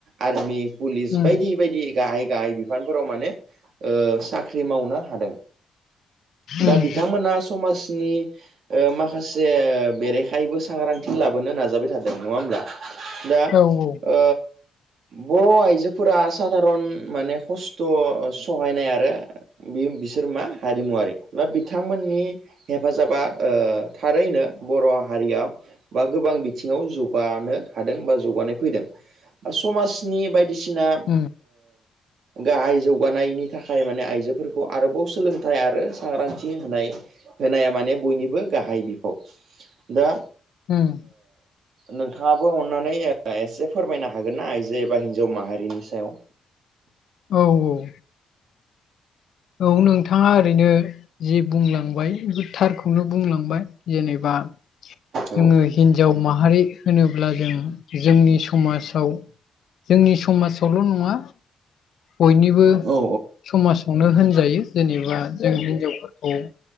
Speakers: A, on the right (about 70°); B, on the left (about 70°).
A: आर्मि पुलिस
B: उम
A: बायदि बायदि गाहाय गाहाय बिफानफोराव माने साख्रि मावनो हादों दा
B: उम
A: बिथांमोना समाजनि माखासे बेरेखायैबो सांग्रांथि लाबोनो नाजाबाय थादों नङा होमब्ला दा
B: औ औ
A: ओ बर' आइजोफोरा साधारन माने खस्थ' सहायनाय आरो बिसोर मा हारिमुवारि बा बिथांमोननि हेफाजाबा थारैनो बर' हारियाव बा गोबां बिथिङाव जौगानो हादों बा जौगानाय फैदों बा समाजनि बायदिसिना
B: उम
A: गाहाय जौगानायनि थाखाय माने आइजोफोरखौ आरोबाव सोलोंथाइ आरो सांग्रांथि होनाय होनाया माने बयनिबो गाहाय बिफाव दा
B: उम
A: नोंथाङाबो अननानै एसे फोरमायनो हागोन ना आइजो एबा हिन्जाव माहारिनि सायाव
B: औ औ औ नोंथाङा ओरैनो ज बुंलांबाय बे थारखौनो बुंलांबाय फबाय जेनेबा
A: औ
B: जोङो हिन्जाव माहारि होनोब्ला जों जोंनि समाजाव जोंनि समाजावल' नङा बयनिबो
A: औ
B: समाजावनो होनजायो जेनेबा जों हिनजाव फोरखौ